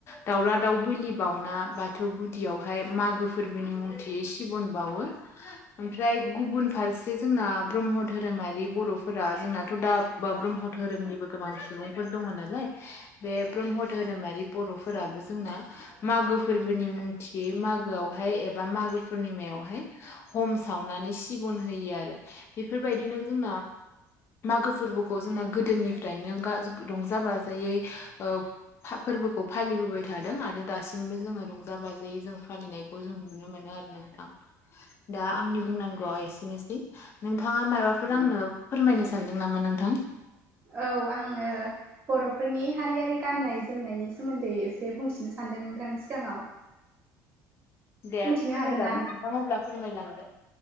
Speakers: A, on the left; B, on the right.
A: दाउला दाउ बोलि बाउना बाथौ गुदि यावहाय मागो फोरबोनि मुंथि सिबन बावो। ओमफ्राय गुबुन फारसे जोंना आ ब्रह्म धोरोमारि बर'फोरा जोंनाथ' दा बा ब्रह्म धोरोमनिबो गोबां सुबुंफोर दङ नालाय बे ब्रह्म धोरोमारि बर'फोराबो जोंना मागो फोरबोनि मुंथियै मागोआव आवहाय एबा मागो पुर्णिमायावहाय हम सावनानै सिबन होयो आरो। बे फोरबायदिनो जोंना मागो फोरबोखौ जोंना गोदोनिफ्रायनो गास रंजा बाजायै ओ फा फोरबोखौ फालिबोबाय थादों आरो दासिमबो जोङो रंजा बाजायै जों फालिनायखौ जों नुनो मोनो आरोना नोंथां, दा आंनि बुंनांगौआ एसेनोसै। नों थाङा माबाफोर आंनो फोरमायनो सानदों नामा नोंथां?
B: औ आङो बर'फोरनि हारियारि गाननाय जोमनायनि सोमोन्दोयै एसे बुंथिनो सान्दों नोंथांनि सिगाङाव।
A: दे
B: बुंथिनो
A: फोरमायजागोन
B: हागोन ना
A: नोंथां अब्ला फोरमायलांदो।